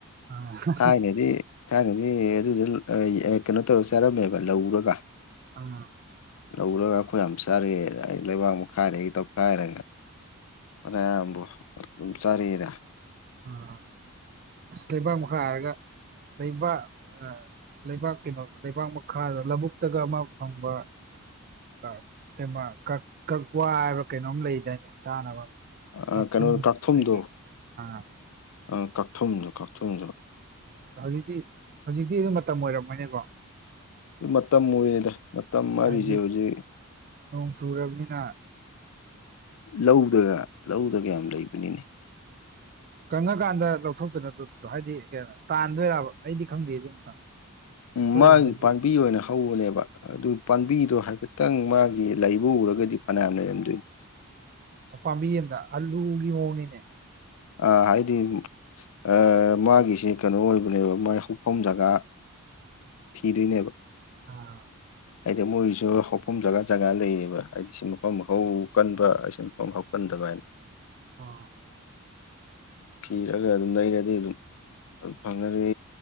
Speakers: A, on the right; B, on the left.
A: ꯑꯥ
B: ꯊꯥꯏꯅꯗꯤ ꯊꯥꯏꯅꯗꯤ ꯑꯗꯨꯗꯨ ꯎ ꯀꯩꯅꯣ ꯇꯧꯔ ꯆꯥꯔꯝꯃꯦꯕ ꯂꯧꯔꯒ
A: ꯑꯥ
B: ꯂꯧꯔꯒ ꯑꯩꯈꯣꯏ ꯌꯥꯝ ꯆꯥꯔꯛꯑꯦ ꯑꯩ ꯂꯩꯕꯥꯛ ꯃꯈꯥꯗꯩ ꯇꯧꯈꯥꯏꯔꯒ ꯐꯅꯌꯥꯝꯕꯣ ꯆꯥꯔ‌ꯑꯦꯗ
A: ꯎꯝ ꯑꯁ ꯂꯩꯕꯥꯛ ꯃꯈꯥ ꯍꯥꯏꯔꯒ ꯂꯩꯕꯥꯛ ꯑ ꯂꯩꯕꯥꯛ ꯀꯩꯅꯣ ꯂꯩꯕꯥꯛ ꯃꯈꯥꯗ ꯂꯧꯕꯨꯛꯇꯒ ꯑꯃ ꯐꯪꯕ ꯀ ꯀꯩꯕ ꯀꯛ ꯀꯛꯋꯥ ꯍꯥꯏꯕ꯭ꯔ ꯀꯩꯅꯣꯝ ꯂꯩꯗꯥꯏꯅꯦ ꯆꯥꯅꯕ
B: ꯑꯥ
A: ꯀꯛꯊꯨꯝ
B: ꯀꯩꯅꯣ ꯀꯥꯛꯊꯨꯝꯗꯣ
A: ꯀꯩꯀꯩ ꯑꯥ
B: ꯑ ꯀꯛꯊꯨꯝꯖꯨ ꯀꯛꯊꯨꯝꯖꯨ
A: ꯍꯧꯖꯤꯛꯇꯤ ꯍꯧꯖꯤꯛꯇꯤ ꯑꯗꯨ ꯃꯇꯝ ꯑꯣꯏꯔꯝꯃꯣꯏꯅꯦꯀ‌ꯣ
B: ꯃꯇꯝ ꯑꯣꯏꯌꯦꯗ ꯃꯇꯝ ꯍꯥꯏꯔꯤꯖ‌ꯦ
A: ꯍꯥꯏꯗꯤ
B: ꯍꯧꯖꯤꯛ
A: ꯅꯣꯡ ꯆꯨꯔꯕꯅꯤꯅ
B: ꯂꯧꯗꯒ ꯂꯧꯗꯒ ꯌꯥꯝ ꯂꯩꯕꯅꯤꯅꯦ
A: ꯀꯪꯉꯀꯥꯟꯗ ꯂꯧꯊꯣꯛꯇꯣꯏ ꯅꯠꯇ꯭ꯔꯣꯗꯨꯗꯣ ꯍꯥꯏꯗꯤ ꯀꯩꯅ ꯇꯥꯟꯗꯣꯏꯔꯕ ꯑꯩꯗꯤ ꯈꯪꯗꯦ ꯑꯗꯨ ꯃꯇꯥꯡ ꯑꯩꯈꯣꯏꯔꯣꯝꯗꯗꯤ
B: ꯎꯝ ꯃꯥꯒꯤ ꯄꯥꯝꯕꯤ ꯑꯣꯏꯅ ꯍꯧꯕꯅꯦꯕ ꯑꯗꯨ ꯄꯥꯝꯕꯤꯗꯣ ꯍꯥꯏꯐꯦꯠꯇꯪ ꯃꯥꯒꯤ ꯂꯩꯕ ꯎꯔꯒꯗꯤ ꯐꯅꯌꯥꯝ ꯂꯩꯔꯝꯗꯣꯏ
A: ꯄꯥꯝꯕꯤ ꯑꯝꯅ ꯑꯜꯂꯨꯒꯤ ꯃꯋ‌ꯣꯡꯅꯤꯅꯦ
B: ꯑ ꯍꯥꯏꯗꯤ ꯑꯥ ꯃꯥꯒꯤꯁ‌ꯦ ꯀꯩꯅꯣ ꯑꯣꯏꯕꯅꯦꯕ ꯃꯥꯏ ꯍꯧꯐꯝ ꯖꯒꯥ ꯊꯤꯗꯣꯏꯅꯦꯕ
A: ꯑꯥ
B: ꯍꯥꯏꯗꯤ ꯃꯣꯏꯁꯨ ꯍꯧꯐꯝ ꯖꯒꯥ ꯖꯒꯥ ꯂꯩꯌꯦꯕ ꯍꯥꯏꯗꯤ ꯁꯤ ꯃꯐꯝ ꯍꯧ ꯀꯟꯕ ꯁꯤ ꯃꯐꯝ ꯍꯧ ꯒꯟꯗꯕ ꯍꯥꯏꯅ
A: ꯑꯣ
B: ꯊꯤꯔꯒ ꯑꯗꯨꯝ ꯂꯩꯔꯗꯤ ꯗꯨꯝ ꯐꯪꯉꯗꯤ